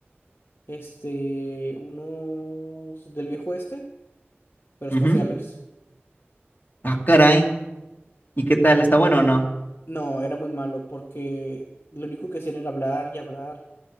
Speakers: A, on the left; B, on the left.
A: este, unos del viejo este, pero espaciales.
B: ujú. Ah, caray, ¿y qué tal? ¿Está bueno o no?
A: No, era muy malo porque lo único que hacían era hablar y hablar